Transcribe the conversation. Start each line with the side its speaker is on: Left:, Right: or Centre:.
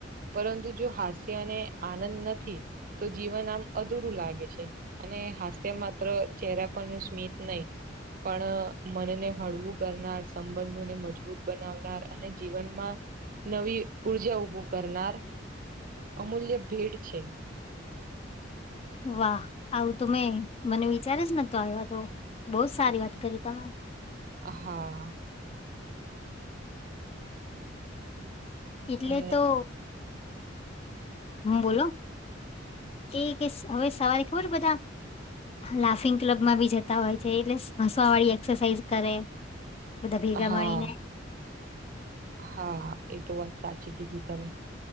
Right: પરંતુ જો હાસ્ય અને આનંદ નથી તો જીવન આમ અધૂરું લાગે છે અને હાસ્ય માત્ર ચહેરા પરનુ સ્મિત નહી પણ મનને હળવું કરનાર, સંબંધોને મજબૂત બનાવનાર અને જીવનમાં નવી ઊર્જા ઉભું કરના અમૂલ્ય ભેટ છે
Left: વાહ, આવું તો મેં મને વિચારે જ નતો આવ્યા આતો બહુજ સારી વાત કરી તમે
Right: હા
Left: એટલે
Right: અને
Left: તો હું, બોલો, એ કે હવે સવારે ખબર બધા લાફિંગ ક્લબ માં બી જતા હોય છે, એટલે હસવા વાળી એક્સરસાઇઝ કરે બધા ભેગા
Right: હા
Left: મળીને
Right: હા, એ તો વાત સાચી કીધી તમે